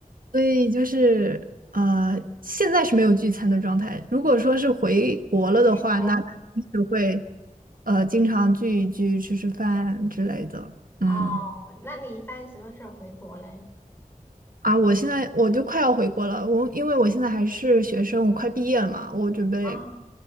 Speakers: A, on the right; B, on the left.
A: 所以就是呃，现在是没有聚餐的状态。如果说是回国了的话，
B: 回国。
A: 那肯定是会呃经常聚一聚、吃吃饭之类的。嗯，
B: 哦，那你一般什么时候回国嘞？
A: 啊，我现在我就快要回国了，我因为我现在还是学生，我快毕业了嘛，我准备
B: 哦，